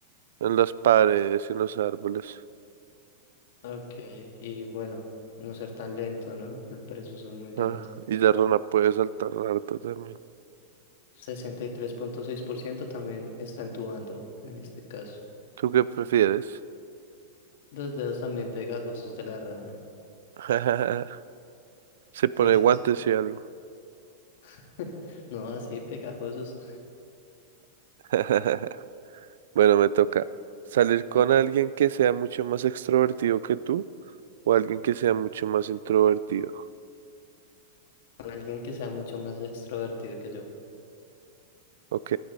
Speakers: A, on the right; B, on the left.
A: en las paredes y en los árboles.
B: Ok, y bueno, no ser tan lento, ¿no? El perezoso es muy lento.
A: Ah, y la rana puede saltar harto también.
B: sesenta y tres punto seis por ciento también está entubando en este caso.
A: ¿Tú qué prefieres?
B: Los dedos también pegajosos de la rana.
A: <laughs> Se pone
B: Sí, sí,
A: guantes
B: sí.
A: y algo.
B: <laughs> No, así pegajosos.
A: <laughs> Bueno, me toca salir con alguien que sea mucho más extrovertido que tú o alguien que sea mucho más introvertido.
B: Con alguien que sea mucho más extrovertido que yo.
A: Ok,